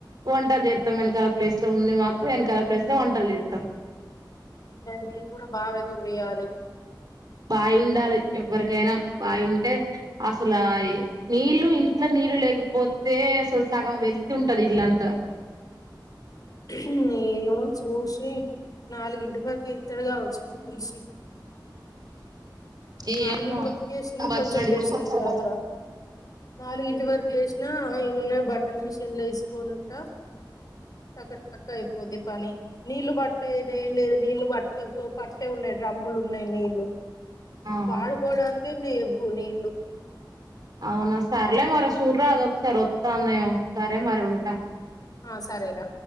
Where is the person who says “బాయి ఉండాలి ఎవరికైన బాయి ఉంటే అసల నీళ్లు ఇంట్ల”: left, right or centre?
Right